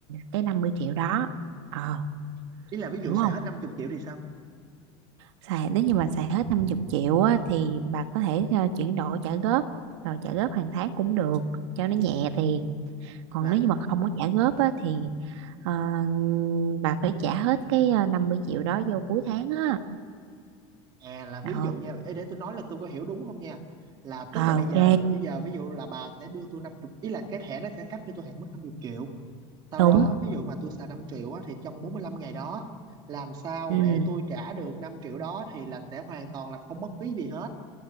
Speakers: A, on the right; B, on the right.
A: cái 50 triệu đó ờ
B: ý là ví dụ
A: hiểu
B: xài
A: không
B: hết 50 triệu thì sao
A: xài nếu như mà xài hết 50 triệu á, thì bà có thể ờ, chuyển đổi trả góp rồi trả góp hàng tháng cũng được cho nó nhẹ tiền còn
B: là
A: nếu như mà không có trả góp á, thì ờ, bà phải trả hết cái ờ, 50 triệu đó vô cuối tháng á
B: à là ví
A: ờ
B: dụ nha ê, để tôi nói là tôi có hiểu đúng không nha là tức
A: Ờ,
B: là bây
A: ok
B: giờ bây giờ ví dụ là bà sẽ đưa tôi 50 ý là cái thẻ nó sẽ cấp cho tôi hạn mức năm mươi triệu sau
A: đúng
B: đó ví dụ mà tôi xài 5 triệu á, thì trong 45 ngày đó làm sao
A: ừ
B: để tôi trả được 5 triệu đó thì là sẽ hoàn toàn là không mất phí gì hết